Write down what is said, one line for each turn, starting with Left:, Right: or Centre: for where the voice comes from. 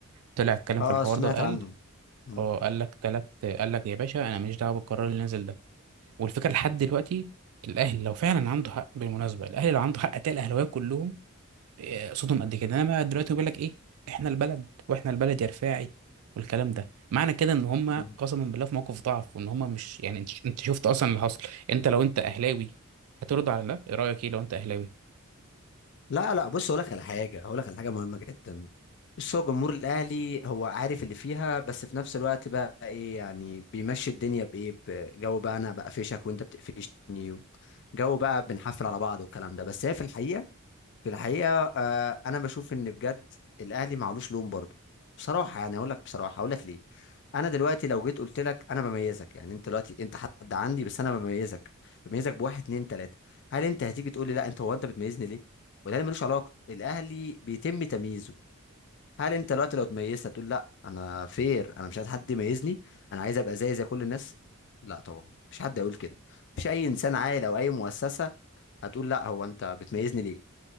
Right: طلع اتكلم
Left: اه
Right: في الحوار
Left: سمعت
Right: ده وقال
Left: عنه مم.
Right: اه قال لك ثلاث قال لك يا باشا انا ماليش دعوه بالقرار اللي نازل ده والفكره لحد دلوقتي الاهلي لو فعلا عنده حق بالمناسبه الاهلي لو عنده حق هتلاقي الاهلاويه كلهم آه، صوتهم قد كده انما دلوقتي بيقول لك ايه احنا البلد واحنا البلد يا رفاعي والكلام ده معنى كده ان هم
Left: مم.
Right: قسما بالله في موقف ضعف وان هم مش يعني انت انت شفت اصلا اللي حصل انت لو انت اهلاوي هترد على ده ايه رايك ايه لو انت اهلاوي
Left: لا لا بص اقول لك على حاجه اقول لك على حاجه مهمه جدا بص هو جمهور الاهلي هو عارف اللي فيها بس في نفس الوقت بقى ايه يعني بيمشي الدنيا بايه بجو بقى انا بقفشك وانت بتقفشني جو بقى بنحفل على بعض والكلام ده بس هي في الحقيقه في الحقيقة آه، أنا بشوف إن بجد الأهلي معلوش لوم برضه بصراحة يعني أقول لك بصراحة أقول لك ليه أنا دلوقتي لو جيت قلت لك أنا بميزك يعني أنت دلوقتي أنت حد عندي بس أنا بميزك بميزك بواحد اتنين تلاتة هل أنت هتيجي تقول لي لا أنت هو أنت بتميزني ليه؟ والأهلي ملوش علاقة الأهلي بيتم تمييزه هل أنت دلوقتي لو اتميزت هتقول لا أنا فير أنا مش عايز حد يميزني أنا عايز أبقى زي زي كل الناس لا طبعا مفيش حد هيقول كده مفيش أي إنسان عاقل أو أي مؤسسة هتقول لا هو أنت بتميزني ليه